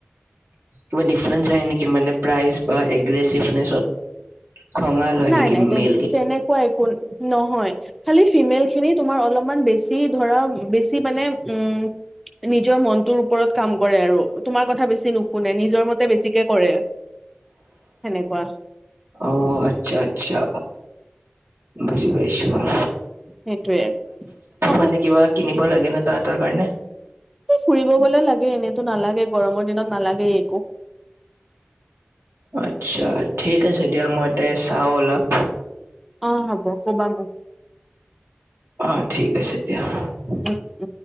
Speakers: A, on the right (about 85°); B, in the centre.
A: কিবা ডিফাৰেন্ঞ্চ আহে নেকি মানে প্ৰাইজ বা এগ্ৰেচিভনেছত খঙাল হয়
B: নাই
A: নেকি
B: নাই তে
A: মেল কেইটা
B: তেনেকুৱা একো নহয় খালি ফিমেল । খিনি তোমাৰ অলপমান বেছি ধৰা বেছি মানে উম নিজৰ মনটোৰ ওপৰত কাম কৰে আৰু তোমাৰ কথা বেছি নুশুনে নিজৰ মতে বেছিকে কৰে সেনেকোৱা ।
A: অ আচ্ছা আচ্ছা বুজি পাইছো ।
B: সেইটোয়ে হব
A: মানে কিবা কিনিব লাগে ন তাহাঁতৰ কাৰণে
B: এই ফুৰিব গলে লাগে এনেতো নালাগে গৰমত । দিনত নালাগে একো ।
A: আচ্ছা ঠিক আছে দিয়া মই ইয়াতে আছো। আও অলপ।
B: অ হ'ব কবা মোক।
A: অ ঠিক আছে দিয়া। ফু <unintelligible>
B: উম উম